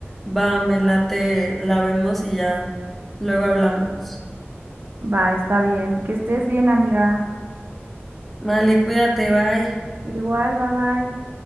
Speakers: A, in the centre; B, on the right.
A: va, me late, la vemos y ya luego hablamos.
B: Va, está bien. Que estés bien, amiga.
A: Vale, cuídate, bye.
B: Igual, bye bye.